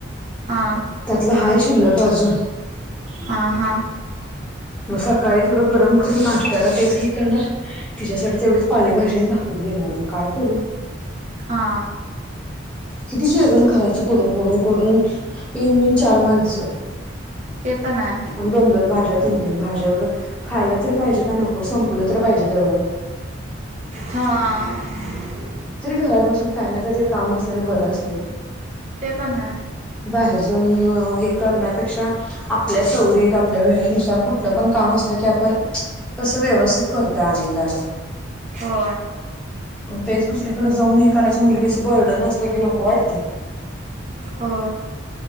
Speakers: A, on the right; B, in the centre.
A: हा
B: त्यातलं हाय शिल्लक अजून
A: हा हा
B: मग सकाळी थोडं गरम करून नाशत्याला तेच घ करणार तिच्यासाठी तेवढीच पालेभाजी आणि भाकरी देणार मग काय करू
A: हा
B: किती जेवण करायचं करून करून करून तन मिन चार माणस
A: ते पण आहे
B: आणि दोन दोन भाष्या त भाज्या एवढं खायला तरी पाहिजे का नको संपलं तररी पाहिजे तेवढं
A: हां
B: तरी घरात बसून काही ना काहीतरी काम असलेलं बरं असत
A: ते पण ह
B: बाहेर जाऊन हे करण्यापेक्षा आपल्याचवडीत आपल्या वेळेनुसार कुठलं पण काम असत की आपण कस व्यवस्थित करतो आनंदान
A: हो
B: ग तेच दुसरीकडे जाऊन हे करायचं म्हटलं की अस बर्डर नसलं की नको वाटते
A: हो